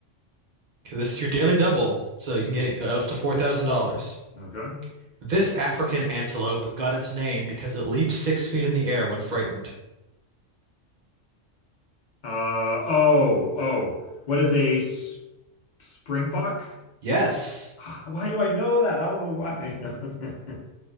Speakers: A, on the right (about 60°); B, on the left (about 50°).
A: Okay, This is your daily double, so you can get up to $4,000.
B: Okay.
A: This African antelope got its name because it leaps six feet in the air when frightened.
B: Uh, oh, oh. What is a s springbok?
A: Yes.
B: Ah, Why do I know that? I don't know why I know that. <laughs>